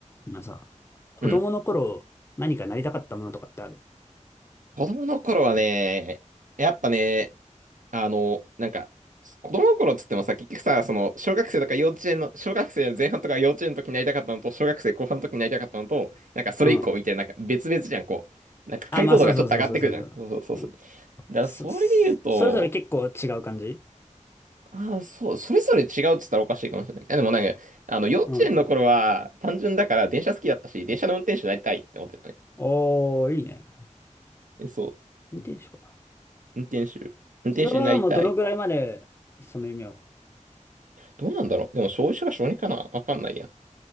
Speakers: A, on the left; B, on the right.
A: まあさ、子供の頃、
B: うん。
A: 何かなりたかったものとかってある
B: 子供の頃はね、やっぱね、あの、なんか、子供の頃っつってもさ、結局さ、その、小学生とか幼稚園の、小学生の前半とか幼稚園の時になりたかったのと、小学生後半の時になりたかったのと、なんかそれ以降みたいな、
A: うん。
B: なんか別々じゃん、こう。なんか解像度がちょっと上がってくるじゃん。
A: あ、まあそうそうそうそうそうそう。
B: そうそうそう。
A: うん。
B: だからそれで言うと、
A: そ、それぞれ結構違う感じ
B: ああ、そう、それぞれ違うっつったらおかしいかもしれない。いやでもなんか、あの、幼稚園の頃は単純だから電車好きだったし、
A: うん。
B: 電車の運転手になりたいって思ってたね。
A: おー、いいね。
B: えそう。
A: 運転手か。
B: 運転手。運転手になりたい。
A: それはもうどのぐらいまで、その夢を。
B: どうなんだろう。でも、小1から小2かなわかんないや。